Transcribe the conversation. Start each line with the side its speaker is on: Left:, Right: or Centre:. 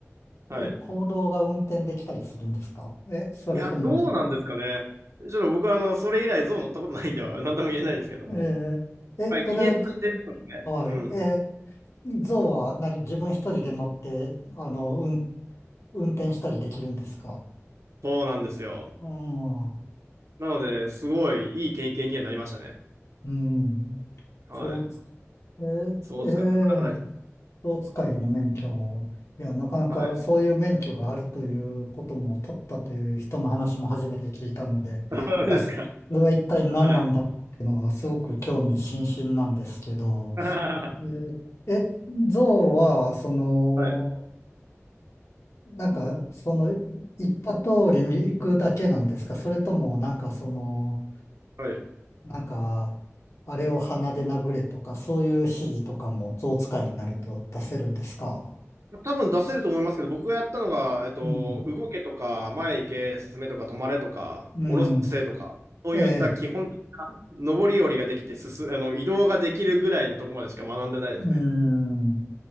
Right: はい。
Left: え、行動が運転できたりするんですかえ、それとも、
Right: いや、どうなんですかね。ちょっと僕はあの、それ以来象乗ったことないんでは、<laughs> なんとも言えないんですけども。
Left: えーえ、
Right: はい、
Left: それは、
Right: 記念として、
Left: じ
Right: ですね。
Left: はい、
Right: うん。
Left: え、象は何、自分一人で乗って、あの、運運転したりできるんですか
Right: そうなんですよ。
Left: うん、
Right: なので、すごいいい経験にはなりましたね。
Left: うん。
Right: はい。
Left: 象えー、
Right: 象使い、
Left: えー、
Right: なかなかないです。
Left: 象使いの免許を、いや、なかなかそういう免許があるということも取ったという人の話も初めて聞いたので、
Right: はい。<laughs> そうですか。
Left: いや、それは一体何なんだろうっていうのがすごく興味津々なんですけど、
Right: はい。<laughs>
Left: えー、え、象は、その、
Right: はい。
Left: なんか、その、言った通りに行くだけなんですかそれとも、なんかその、
Right: はい。
Left: なんか、あれを鼻で殴れとか、そういう指示とかも象使いになると出せるんですか
Right: 多分出せると思いますけど、僕がやったのが、えっと、
Left: うん。
Right: 動けとか、前行け、進めとか、止まれとか、
Left: うん。
Right: 下ろせとか、そういった基本的
Left: ええ。
Right: な上り下りができて進、あの、移動ができるぐらいのとこまでしか学んでないですね。
Left: うん。い